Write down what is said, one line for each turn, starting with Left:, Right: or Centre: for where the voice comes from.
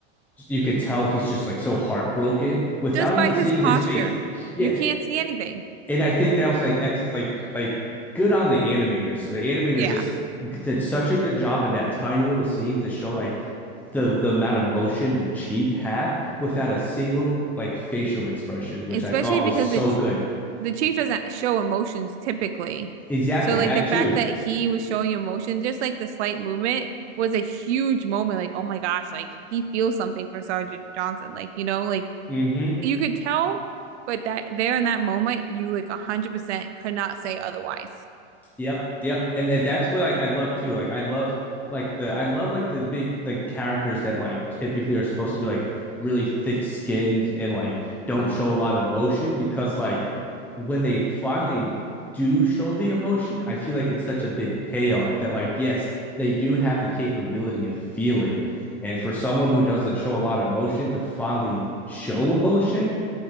Centre: you can tell he's just like so heartbroken without
Right: just by
Centre: even
Right: his
Centre: seeing
Right: posture.
Centre: his face. Yeah.
Right: You can't see anything.
Centre: And I think that was like that's like like good on the animators. So the animators
Right: Yeah.
Centre: just did such a good job in that tiny little scene to show like the the amount of motion the chief had without a single like facial expression, which
Right: Especially
Centre: I thought
Right: because
Centre: was so
Right: the ch-
Centre: good.
Right: the chief doesn't show emotions typically.
Centre: Exactly
Right: So like
Centre: that
Right: the fact
Centre: too.
Right: that he was showing emotion, just like the slight movement, was a huge moment. Like, oh my gosh, like he feels something for Sergeant Johnson. Like, you know, like
Centre: hmm
Right: you could tell, but that there in that moment, you like 100% could not say otherwise.
Centre: Yep, yep, and, and that's what I, I love too. Like I love like the I love like the big like characters that like typically are supposed to be like really thick skinned and like don't show a lot of emotion because like when they finally do show the emotion, I feel like it's such a big payoff that like yes they do have the capability of feeling, and for someone who doesn't show a lot of emotion to finally show emotion,